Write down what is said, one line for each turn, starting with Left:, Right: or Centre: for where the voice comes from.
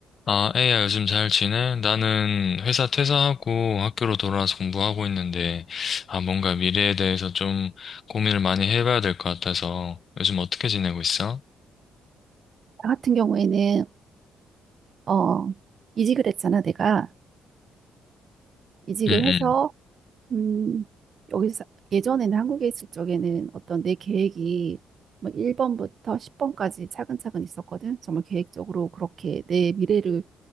Left: 아, 에이야, 요즘 잘 지내? 나는 회사 퇴사하고 학교로 돌아와서 공부하고 있는데, 아, 뭔가 미래에 대해서 좀 고민을 많이 해봐야 될 것 같아서, 요즘 어떻게 지내고 있어?
Right: 나 같은 경우에는 어 이직을 했잖아 내가 이직을
Left: 응,
Right: 해서
Left: 응,
Right: 음 여기서 예전에는 한국에 있을 적에는 어떤 내 계획이 뭐 1번부터 10번까지 차근차근 있었거든 정말 계획적으로 그렇게 내 미래를